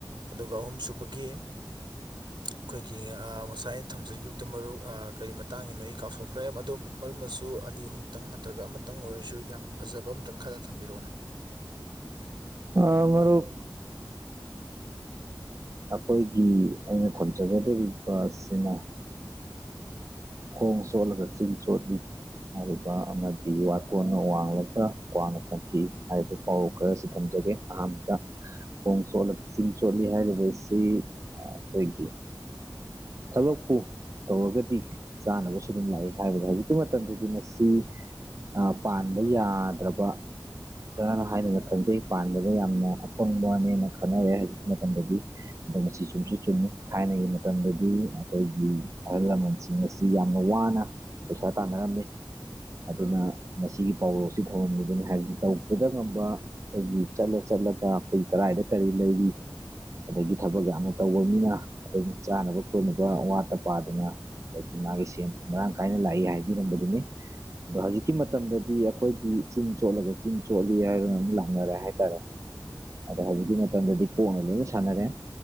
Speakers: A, on the right (about 75°); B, on the right (about 40°).
A: ꯑꯗꯨꯒ ꯑꯍꯨꯝꯁꯨꯨꯕꯒꯤ ꯑꯩꯈꯣꯏꯒꯤ ꯑꯥ ꯃꯠ ꯉꯁꯥꯏ ꯑꯩꯅ ꯊꯝꯖꯈꯤꯕꯗꯨ ꯃꯔꯨꯞ ꯑꯥ ꯀꯔꯤ ꯃꯇꯥꯡꯒꯤꯅꯣ ꯑꯩ ꯀꯥꯎꯊꯣꯛꯈ꯭ꯔꯦ ꯃꯗꯨꯝ ꯃꯔꯨꯞꯅꯁꯨ ꯑꯅꯤ ꯑꯍꯨꯝꯇꯪ ꯅꯠꯇ꯭ꯔꯒ ꯑꯃꯇꯪ ꯑꯣꯏꯔꯁꯨ ꯌꯥꯝ ꯐꯖꯕ ꯑꯃꯇꯪ ꯈꯜꯂ ꯊꯝꯕꯤꯔꯛꯑꯣꯅꯦ
B: ꯑꯥ ꯃꯔꯨꯞ ꯑꯈꯣꯏꯒꯤ ꯑꯩꯅ ꯊꯝꯖꯒꯗꯧꯔꯤꯕ ꯑꯁꯤꯅ ꯈꯣꯡ ꯆꯣꯠꯂꯒ ꯆꯤꯟ ꯆꯣꯠꯂꯤ ꯍꯥꯏꯔꯤꯕ ꯑꯃꯗꯤ ꯋꯥꯇꯣꯟꯅ ꯋꯥꯡꯂꯒ ꯀ꯭ꯋꯥꯛꯅ ꯐꯝꯇꯦꯛꯏ ꯍꯥꯏꯔꯤꯕ ꯄꯥꯎꯔꯧ ꯈꯔꯁꯤ ꯊꯝꯖꯒꯦ ꯑꯍꯥꯟꯕꯗ ꯈꯣꯡ ꯆꯣꯠꯂꯒ ꯆꯤꯡ ꯆꯣꯠꯂꯤ ꯍꯥꯏꯔꯤꯕꯁꯤ ꯑꯥ ꯑꯈꯣꯏꯒꯤ ꯊꯕꯛꯄꯨ ꯇꯧꯔꯒꯗꯤ ꯆꯥꯅꯕꯁꯨ ꯑꯗꯨꯝ ꯂꯥꯛꯏ ꯍꯥꯏꯕꯅꯤ ꯍꯧꯖꯤꯛꯀꯤ ꯃꯇꯝꯗꯗꯤ ꯃꯁꯤ ꯑꯥ ꯄꯥꯟꯕ ꯌꯥꯗ꯭ꯔꯕ <unintelligible> ꯍꯥꯏꯅꯒ ꯈꯪꯖꯩ ꯄꯥꯟꯕꯗ ꯌꯥꯝꯅ ꯑꯄꯪꯕꯅꯦꯅ ꯈꯟꯅꯔꯦ ꯍꯧꯖꯤꯛꯀꯤ ꯃꯇꯝꯗꯗꯤ ꯑꯗꯣ ꯃꯁꯤ ꯆꯨꯝꯁꯨ ꯆꯨꯝꯃꯤ ꯊꯥꯏꯅꯒꯤ ꯃꯇꯝꯗ ꯗꯤ ꯑꯈꯣꯏꯒꯤ ꯑꯍꯜ ꯂꯃꯟꯁꯤꯡ ꯑꯁꯤ ꯌꯥꯝꯅ ꯋꯥꯅ ꯄꯩꯁꯥ ꯇꯥꯟꯅꯔꯝꯃꯤ ꯑꯗꯨꯅ ꯃꯁꯤꯒꯤ ꯄꯥꯎꯔꯧ ꯑꯁꯤ ꯊꯝꯂꯝꯂꯤꯕꯅꯤ ꯍꯥꯏꯕꯗꯨ ꯇꯧꯒꯦꯗ ꯉꯝꯕ ꯑꯈꯣꯏꯒꯤ ꯆꯠꯂ ꯆꯠꯂꯒ ꯑꯈꯣꯏ ꯀꯔꯥꯏꯗ ꯀꯔꯤ ꯂꯩꯔꯤ ꯑꯗꯒꯤ ꯊꯕꯛ ꯌꯥꯝꯅ ꯇꯧꯕ ꯃꯤꯅ ꯑꯈꯣꯏꯒꯤ ꯆꯥꯅꯕ ꯊꯣꯛꯂꯤꯕ ꯋꯥꯠꯇ ꯄꯥꯗꯅ ꯑꯗꯒꯤ ꯃꯥꯒꯤ ꯁꯦꯟ ꯊꯨꯝ ꯃꯔꯥꯡ ꯀꯥꯏꯅ ꯂꯥꯛꯏ ꯍꯥꯏꯕꯤꯔꯝꯕꯗꯨꯅꯤ ꯑꯗꯣ ꯍꯧꯖꯤꯛꯀꯤ ꯃꯇꯝꯗꯗꯤ ꯑꯩꯈꯣꯏꯒꯤ ꯆꯤꯟ ꯆꯣꯠꯂꯒ ꯆꯤꯟ ꯆꯣꯠꯂꯤ ꯍꯥꯏꯗꯅ ꯑꯃꯨꯛ ꯂꯥꯛꯅꯔꯦ ꯍꯥꯏꯇꯥꯔꯦ ꯑꯗꯣ ꯍꯧꯖꯤꯛꯀꯤ ꯃꯇꯝꯗꯗꯤ ꯀꯣꯛꯅ ꯂꯣꯏꯅ ꯁꯥꯟꯅꯔꯦ